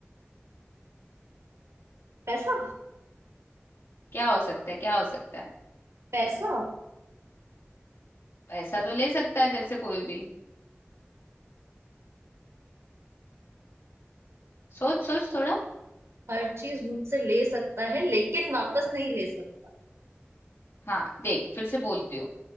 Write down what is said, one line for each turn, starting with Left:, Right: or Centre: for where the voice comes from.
Right: पैसा
Left: क्या हो सकता है क्या हो सकता है
Right: पैसा
Left: पैसा तो ले सकता है तेरे से कोई भी सोच सोच थोड़ा
Right: हर चीज मुझसे ले सकता है लेकिन वापस नहीं ले सकता
Left: हाँ देख फिर से बोलती हूँ